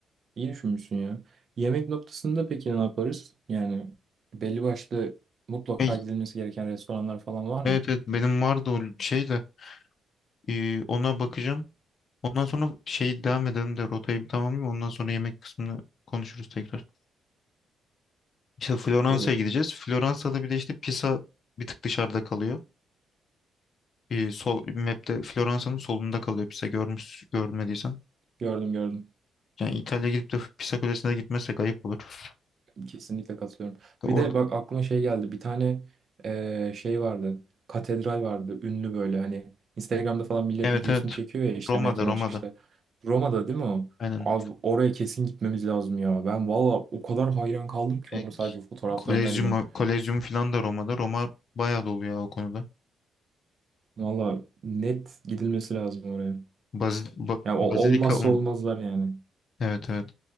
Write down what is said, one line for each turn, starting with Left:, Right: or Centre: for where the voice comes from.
Right: İyi düşünmüşsün ya. Yemek noktasında peki ne yaparız? Yani belli başlı mutlaka
Left: E,
Right: gidilmesi gereken restoranlar falan var mı?
Left: evet evet benim vardı o şey de. e, ona bakacağım. Ondan sonra şey devam edelim de rotayı bir tamamlayayım. Ondan sonra yemek kısmını konuşuruz tekrar. İşte Floransa'ya
Right: Olur.
Left: gideceğiz. Floransa'da bir de işte Pisa bir tık dışarıda kalıyor. Bir sol map'te Floransa'nın solunda kalıyor Pisa görmüş görmediysen.
Right: Gördüm gördüm.
Left: Yani İtalya gidip de Pisa Kulesi'ne gitmezsek ayıp olur.
Right: Kesinlikle katılıyorum.
Left: İşte
Right: Bir
Left: Orada
Right: de bak aklıma şey geldi. Bir tane eee, şey vardı. Katedral vardı. Ünlü böyle hani Instagram'da falan millet
Left: evet
Right: videosunu
Left: evet.
Right: çekiyor ya işte
Left: Roma'da
Right: metrodan
Left: Roma'da.
Right: çıkışta. Roma'da değil mi o?
Left: Aynen.
Right: Abi oraya kesin gitmemiz lazım ya. Ben valla o kadar hayran kaldım ki
Left: E,
Right: onu sadece fotoğraflarına
Left: Kolezyum,
Right: bile.
Left: Kolezyum falan da Roma'da. Roma bayağı dolu ya o konuda.
Right: Valla net gidilmesi lazım oraya.
Left: Bazil, ba-
Right: Ya o-
Left: Bazilika
Right: olmazsa
Left: um-
Right: olmazlar yani.
Left: evet evet.